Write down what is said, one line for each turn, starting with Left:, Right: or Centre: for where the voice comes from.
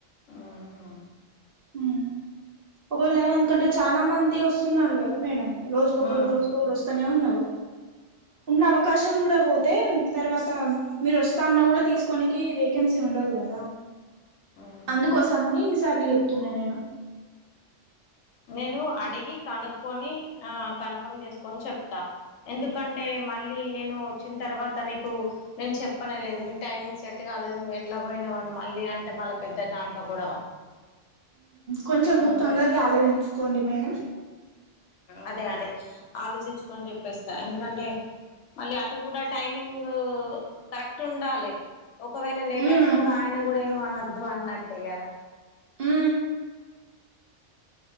Left: ఆహ
Right: ఉ ఒకవేళ ఎందుకంటే చానా మంది వస్తున్నారు కదా మేడం రోజుకొకరు
Left: ఉమ్
Right: రోజుకోరు వస్తనే ఉన్నారు ఉన్న అవకాశం కూడా పోతే తర్వాత మీరు వస్తా అన్నా కూడా తీసుకోనికి వేకెన్సీ ఉండదు కదా
Left: ఉమ్
Right: అందుకోసం అని ఇన్నిసార్లు చెప్తున్నా నేను
Left: నేను అడిగి కనుక్కొని ఆ కన్ఫర్మ్ చేసుకు కోన్ చెప్తా ఎందుకంటే మన మళ్ళీ నేను వచ్చిన తర్వాత నీకు నే చెప్పనే లేదు న టైమింగ్ సెట్ కాలేదు నువ్వు ఎట్లా పోయి మళ్ళీ అంటే మళ్ళా పెద్ద దాంట్లో గొడవ
Right: కొంచెం
Left: అందుక
Right: తొందరగా ఆలోచించుకోండి మేడం
Left: అదే అదే ఆలోచించుకొని చెప్పేస్తా ఎందుకంటే మళ్ళీ అటు కూడా టైమింగ్ కరెక్ట్ ఉండాలి ఒకవేళ లేట్
Right: ఉమ్
Left: అయినా కూడా ఆయన కూడా ఏమనివద్దు అన్నట్టే కదా
Right: ఉ